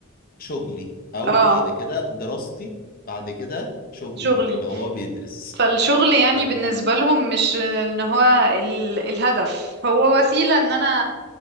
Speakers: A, on the left; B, on the right.
A: شغلي او
B: اه
A: بعد كده دراستي بعد كده شغلي
B: شغلي
A: لو هو بيدرس
B: فالشغل يعني
A: فن-
B: بالنسبة لهم مش ان هو ال... الهدف هو وسيلة ان انا